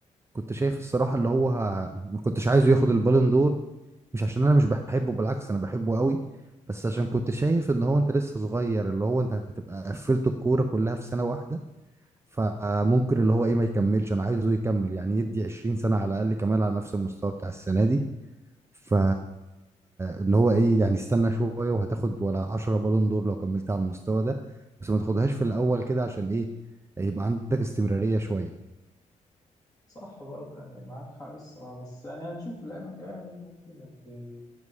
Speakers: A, on the right; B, on the left.
A: كنت شايف الصراحة اللي هو ه- ما كنتش عايزه ياخد البالون دور مش عشان انا مش بحبه بالعكس انا بحبه قوي بس عشان كنت شايف ان هو انت لسه صغير اللي هو انت هتبقى قفلت الكورة كلها في سنة واحدة فممكن
B: مم.
A: اللي هو ايه ما يكملش انا عايزه يكمل يعني يدي 20 سنة على الاقل كمان على نفس المستوى بتاع السنة دي ف
B: بالظبط
A: اللي هو ايه يعني استنى شوية وهتاخد ولا 10 بالون دور لو كملت على المستوى ده بس ما تاخدهاش في الاول كده عشان ايه يبقى عندك استمرارية شوية
B: صح برضه يعني معاك حق الصراحه بس يعني هنشوف الايام الجايه مين ممكن اللي